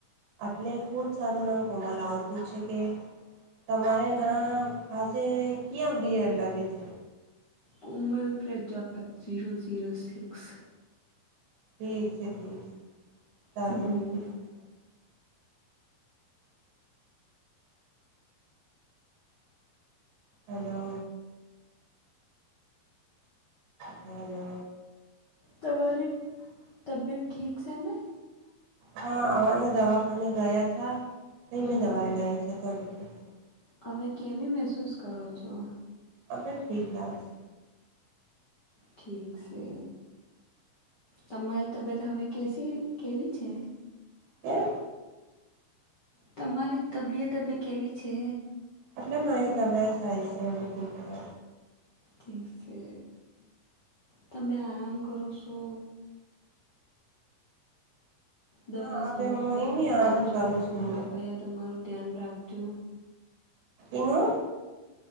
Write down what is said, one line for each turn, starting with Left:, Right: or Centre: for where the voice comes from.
Right: આટલે ખૂબ બ સારું ના કોમલ આવતું છે કે તમારે
Left: હા
Right: ના પાસે <unintelligible> લાગે છે
Left: કોમલ
Right: ઠીક
Left: પ્રજાપતિ જઝીરો જઝીરો સિક્સ
Right: ઠીક છે ઠીક છે સારું
Left: હમ
Right: ઠીક છે હલો હલો
Left: તમારી તબિયત ઠીક છે ને
Right: હા અવાને દવાખાને ગયા થા તે એ
Left: હમ
Right: મેં દવાઈ લાયી છે તો અ ઠીક છે
Left: હવે કેવી મહેસૂસ કરો છો
Right: અવે ઠી લાગશે
Left: ઠીક છે તમારી તબિયત હવે કેસી કેવી છે
Right: હમ
Left: તમારી તબિયત હવે કેવી છે
Right: એટલે મારી તબિયત સારી છે ઠીક છે
Left: ઠીક છે તમે આરામ કરો છો દવા
Right: હા
Left: સમયે
Right: હવે હું એમ આરામ
Left: લેજો
Right: કરું છું
Left: કૃપયા તમારું ધ્યાન રાખજો
Right: એવું